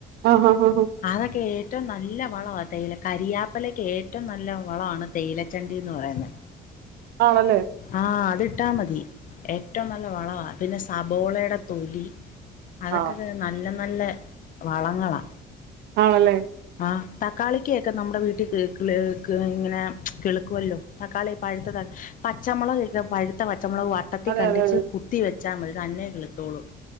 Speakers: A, on the right (about 80°); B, on the left (about 50°).
A: ആഹ് ആഹ് ആഹ്
B: അതൊക്കെ ഏറ്റവും നല്ല വളവാ. തേയില കരിയാപ്പലക്ക് ഏറ്റവും നല്ല വളമാണ് തേയിലച്ചണ്ടീന്ന് പറയുന്നെ.
A: ആണല്ലേ
B: ആഹ് അത് ട്ടാ മതി. ഏറ്റവും നല്ല വളവാ. പിന്നെ സബോളയുടെ തൊലി. അതൊക്കെകെ
A: ആഹ്
B: നല്ലം നല്ല വളങ്ങളാ.
A: ആണല്ലേ.
B: ആ തക്കാളിക്കയൊക്കെ നമ്മടെ വീട്ടി കിള് ഇങ്ങനെ കിള്ക്കുവല്ലോ. തക്കാളി പഴ്ത്തതാണ്. പച്ചമൊളകൊക്കെ പഴുത്ത പ ച്ച മൊളക് വട്ടത്തി
A: അതെ
B: കണ്ടിച്ച്
A: അതെ
B: കുത്തി വെ വച്ചാ മതി. തന്നെ കിളുത്തോളും.